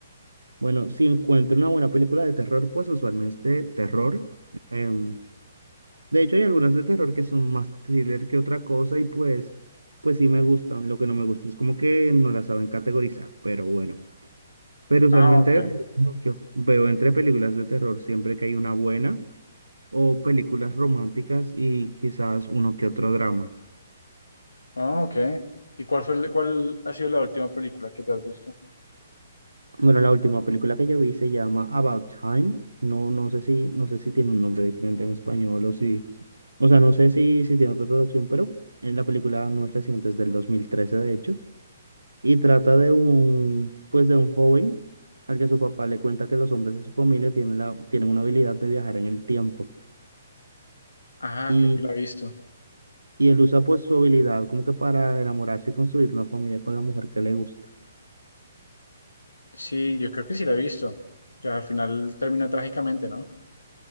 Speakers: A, on the right (about 80°); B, on the left (about 70°).
A: Bueno, si encuentro una buena película de terror, pues usualmente terror. Em, de hecho, hay algunas de terror que son más thriller que otra cosa y pues, pues sí me gustan. Lo que no me gusta es como que no las saben categorizar, pero bueno. Pero usualmente
B: Ah, ok.
A: mucho. Veo entre películas de terror siempre que hay una buena o películas románticas y quizás uno que otro drama.
B: Ah, ok. ¿Y cuál fue, el- cuál ha sido la última película que te has visto?
A: Bueno, la última película que yo vi se llama About Time. No, no sé si, no sé si tiene un nombre diferente en español o si, o sea, no sé si, si tiene otra traducción, pero eh, la película no es reciente, es del 2013 de hecho, y trata de un, pues de un joven al que su papá le cuenta que los hombres de su familia tienen la, tienen una habilidad de viajar en el tiempo
B: Ah,
A: y,
B: creo que la he visto.
A: y él usa pues su habilidad como que para enamorarse y construir una familia con la mujer que le gusta.
B: Sí, yo creo que sí la he visto. Que al final termina trágicamente, ¿no?